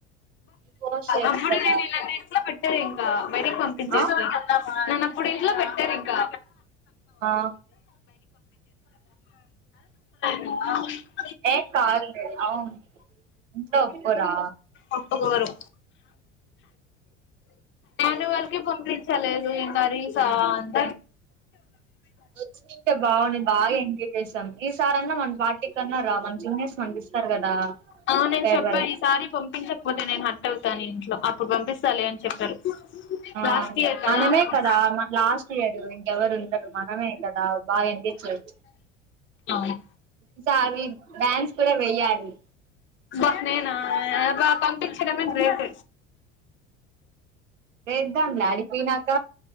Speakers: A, on the right; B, on the left.
A: పోస్ట్ చేయొచ్చు
B: అప్పుడు
A: కదా
B: నేను ఇంట్లో పెట్ సరే ఇంకా బయటికి పంపించేస్తారు
A: ఆ
B: నన్నప్ ఇప్పుడు ఇంట్లో పెట్టారు ఇంకా
A: ఆ
B: <unintelligible> <unintelligible>
A: ఏమ్ కా <unintelligible> అవును ఇంట్లో ఓప్పుకోరా
B: ఒప్పకోరు నను వల్కి పంపించలేదు. ఇంకా రీల్సా అ
A: వచ్చి తింటే బాగు బాగా ఎంజాయ్ చేసాం. ఈ సారి అన్న మన పార్టీ కన్నా రా మన చికాగానే మంచి గానే స్పందిస్తారు. కదా
B: అవునే
A: ఫేర్వెల్
B: చెప్పా ఈసారి పంపించకపోతే నేను హాట్ అవుతాను ఇంట్లో అప్పుడు పంపిస్తాలే అని చెప్పారు
A: ఆ
B: లాస్ట్ ఇయర్
A: మనమే
B: అప్పుడు
A: కదా లాస్ట్ ఇయర్ ఇంకెవ్వారు ఉండరు. మనమే కదా బాగా ఎంజేజ్ చేయెచ్చు
B: అవును
A: ఈసారి డ్యాన్స్ కూడా వెయాలి.
B: బా నేనా బా పంపించడమే గ్రేట్
A: వేద్దామ్ లే అడిపోయినాక